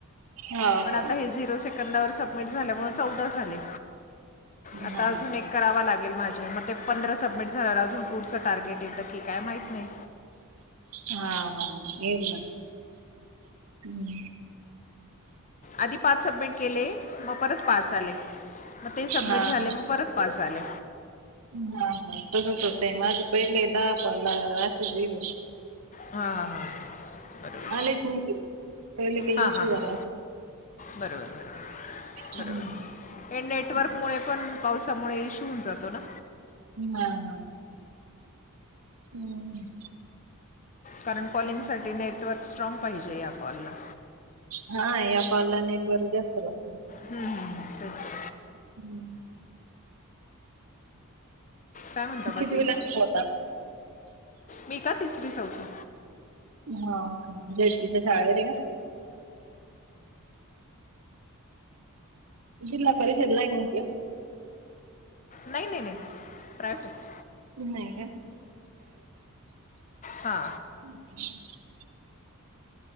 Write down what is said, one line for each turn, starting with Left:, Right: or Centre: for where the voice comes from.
Right: हो
Left: पण
Right: का
Left: आता हे झिरो सेकं सेकंदा वर सबमिट झाल्यामुळे चौदा झाले. आता
Right: हा
Left: अजून एक करावां लागेल, माझे मग ते पंधरा सबमिट झाल्यावर अजून पुढचं टार्गेट येतं की काय माहीत नाही.
Right: हा -हा येईल ना. हम्म,
Left: आधी पाच सबमिट केले, मग परत पाच आले. म ते सबमिट
Right: हा हा
Left: झाले, मग परत पाच आले.
Right: हा -हा तसच होतंय, माझे पहिले दहा कॉल ला अशेच येलं होते.
Left: हां हां हां बरोबर
Right: आलेच नही ये, पहिले काय
Left: हां
Right: इशू
Left: हां हां
Right: झाला होता.
Left: बरोबर,
Right: हम्म,
Left: बरोबर हे नेटवर्कमुळे
Right: हं,
Left: पण पावसामुळे इशु होवून जातो ना.
Right: हा -हा, हम्म.
Left: कारण कॉलिंगसाठी नेटवर्क स्ट्राँग पाहिजे या कॉलला.
Right: हा या कॉल ला नेटवर्क जास्त लागत.
Left: हम्, तसं
Right: हम्म,
Left: काय म्हणता बाकी?
Right: कितवीला शिकवता?
Left: मी का तिसरी- चौथी.
Right: हाव का झेड पी च्या शाळेमध्ये का? जिल्हा परिषदला य ना म्हंटलं
Left: नाही, नाही, नाही प्रायवेट आहे.
Right: नाही का?
Left: हा,
Right: हम्,